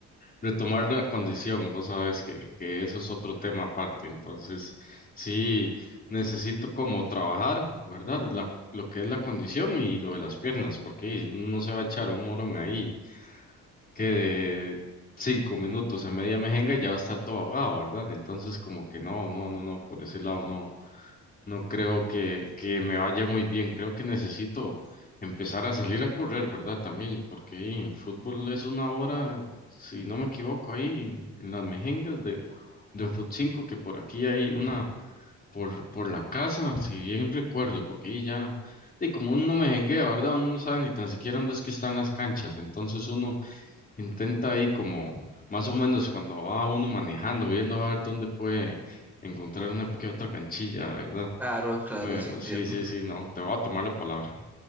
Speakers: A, on the left; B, in the centre.
A: retomar la condición, vos sabes que, que eso es otro tema aparte, entonces sí necesito como trabajar, ¿verdad? La- lo que es la condición y lo de las piernas, porque uno no se va a echar un morón ahí que de cinco minutos a media mejenga y ya va a estar todo ahogado, ¿verdad? Entonces como que no, no, no, no, por ese lado no. No creo que, que me vaya muy bien. Creo que necesito empezar a salir a correr, ¿verdad? También, porque hey, el fútbol es una hora, si no me equivoco, ahí en, en las mejengas de, de Fut 5 que por aquí hay una por, por la casa, si bien recuerdo, porque ahí ya, de como uno no mejenguea, ¿verdad? Uno no sabe ni tan siquiera dónde es que están las canchas. Entonces uno intenta ahí como, más o menos cuando va uno manejando, viendo a ver dónde puede encontrar una que otra canchilla, ¿verdad?
B: Claro, claro,
A: Pero
B: sí entiendo.
A: sí, sí, sí, no, te voy a tomar la palabra.